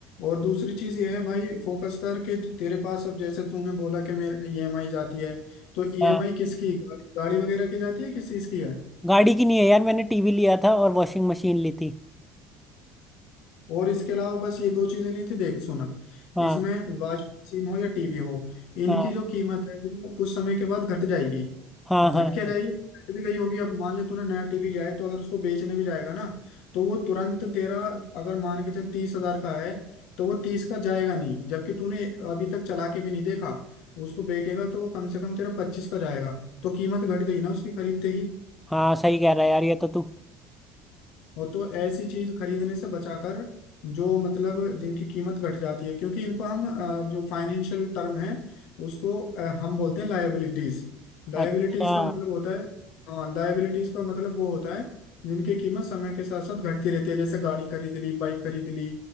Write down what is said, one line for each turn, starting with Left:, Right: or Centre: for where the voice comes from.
Left: और दूसरी चीज ये है भाई फोकस कर के तेरे पास अब जैसे तूने बोला कि मेरे ईएमआई जाती है तो ईएमआई
Centre: हाँ
Left: किसकी गाड़ी गाड़ी वगैरह की जाती है किस चीज की है
Centre: गाड़ी की नहीं है यार मैंने टीवी लिया था और वॉशिंग मशीन ली थी
Left: और इसके अलावा बस ये दो चीजें ली थी देख सुनक
Centre: हाँ
Left: इसमें वॉशिंग मशीन हो या टीवी हो इनकी
Centre: हाँ
Left: जो कीमत है वो कुछ समय के बाद घट जाएगी
Centre: हाँ
Left: घट
Centre: हाँ
Left: क्या जाएगी
Centre: हाँ
Left: घट भी गई होगी अब मान ले तूने नया टीवी लिया है तो अगर उसको बेचने भी जाएगा ना तो वो तुरंत तेरा अगर मान के चल तीस हजार का है तो वो तीस का जाएगा नहीं जबकि तूने अभी तक चला के भी नहीं देखा उसको बेचेगा तो वो कम से कम तेरा पच्चीस का जाएगा तो कीमत घट गई ना उसकी खरीदते ही
Centre: हाँ सही कह रहा है यार ये तो तू
Left: वो तो ऐसी चीज खरीदने से बचाकर जो मतलब जिनकी कीमत घट जाती है क्योंकि इनको हम अ, जो फाइनेंशियल टर्म है उसको अ, हम बोलते हैं लायबिलिटीज लायबिलिटीज
Centre: अच्छा
Left: का मतलब होता है हाँ लायबिलिटीज का मतलब वो होता है जिनकी कीमत समय के साथ साथ घटती रहती है जैसे गाड़ी खरीद ली बाइक खरीद ली